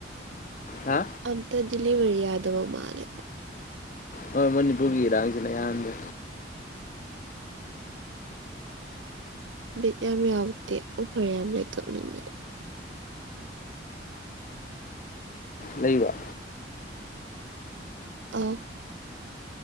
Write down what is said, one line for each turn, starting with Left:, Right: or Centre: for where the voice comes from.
Left: ꯍꯥ
Right: ꯑꯝꯇ ꯗꯤꯂꯤꯕꯔꯤ ꯌꯥꯗꯕ ꯃꯥꯜꯂꯦ
Left: ꯍꯣꯏ ꯃꯅꯤꯄꯨꯔꯒꯤ ꯏꯔꯥꯡꯁꯤꯅ ꯏꯍꯥꯟꯗꯦ
Right: ꯕꯤꯠ ꯌꯥꯝ ꯌꯥꯎꯗꯦ ꯑꯣꯐꯔ ꯌꯥꯝ ꯂꯩ ꯀꯛꯅꯤꯡꯕꯅꯦ
Left: ꯂꯩꯍꯨꯕꯥ
Right: ꯑꯧ